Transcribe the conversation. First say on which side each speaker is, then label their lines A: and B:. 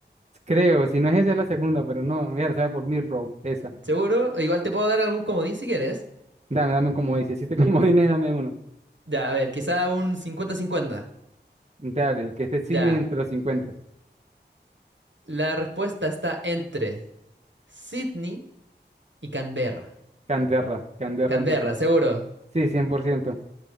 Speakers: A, on the right; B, on the right.
A: Creo, si no es esa, es la segunda, pero no. Mira, la sabe por Row, esa.
B: ¿Seguro? Igual te puedo dar algún comodín si quieres.
A: Dame, dame como dice. Si te <laughs> comodines, dame uno.
B: Ya, a ver, quizá un cincuenta cincuenta
A: Dale, que esté Sidney
B: Ya.
A: entre los cincuenta.
B: La respuesta está entre Sydney y Canberra.
A: Canderra, Canderra
B: Canberra,
A: entonces.
B: seguro.
A: Sí, 100%.